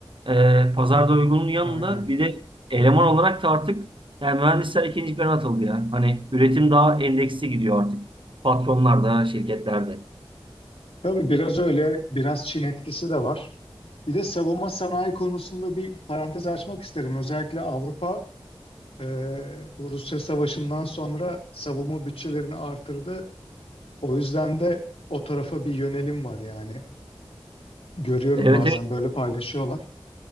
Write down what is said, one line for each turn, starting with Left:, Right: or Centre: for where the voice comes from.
Right: e, pazarda uygunluğun yanında
Left: aynen.
Right: bir de eleman olarak da artık yani mühendisler ikinci plana atıldı ya. Hani üretim daha endeksli gidiyor artık. Patronlarda, şirketlerde.
Left: Tabii biraz öyle, biraz Çin etkisi de var. Bir de savunma sanayi konusunda bir parantez açmak isterim. Özellikle Avrupa e, bu Rusya Savaşı'ndan sonra savunma bütçelerini artırdı. O yüzden de o tarafa bir yönelim var yani. Görüyorum
Right: Evet
Left: bazen
Right: evet.
Left: böyle paylaşıyorlar.